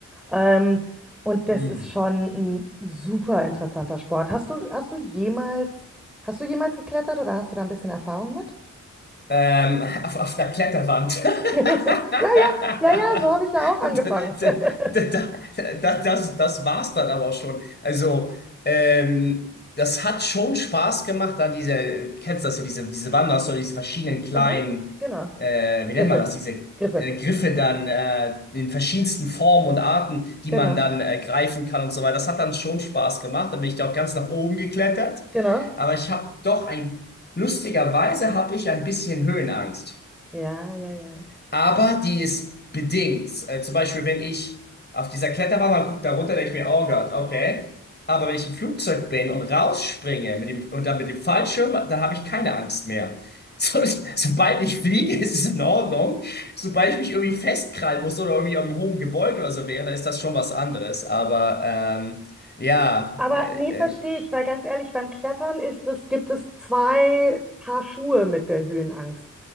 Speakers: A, in the centre; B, on the left.
A: Ähm, und das
B: Hm.
A: ist schon ein super interessanter Sport. Hast du, hast du jemals, hast du jemals geklettert oder hast du da ein bisschen Erfahrung mit?
B: Ähm, auf, auf einer Kletterwand. <laughs>
A: <laughs>
B: <laughs>
A: Ja, ja, ja, ja, so habe ich ja auch angefangen. <laughs>
B: Das, das, das, das war's dann aber auch schon. Also, ähm, das hat schon Spaß gemacht an diese, kennst du das so, diese, diese Wanderstöcke, diese verschiedenen kleinen,
A: Aha, genau.
B: äh, wie nennt
A: Griffe,
B: man das, diese
A: Griffe,
B: äh, Griffe dann äh, in verschiedensten Formen und Arten, die
A: genau,
B: man dann äh, greifen kann und so weiter. Das hat dann schon Spaß gemacht. Da bin ich da auch ganz nach oben geklettert.
A: genau.
B: Aber ich habe doch ein, lustigerweise habe ich ein bisschen Höhenangst.
A: Ja, ja, ja.
B: Aber die ist bedingt. Äh, zum Beispiel, wenn ich auf dieser Kletterwand mal gucke, da runter, denke ich mir, oh Gott, okay. Aber wenn ich im Flugzeug bin und rausspringe mit dem, und dann mit dem Fallschirm, da habe ich keine Angst mehr. <laughs> So, sobald ich fliege, ist es in Ordnung. Sobald ich mich irgendwie festkrallen muss oder irgendwie am hohen Gebäude oder so wäre, dann ist das schon was anderes. Aber ähm, ja,
A: Aber
B: äh,
A: nee, verstehe ich, weil ganz ehrlich, beim Klettern ist es, gibt es zwei Paar Schuhe mit der Höhenangst.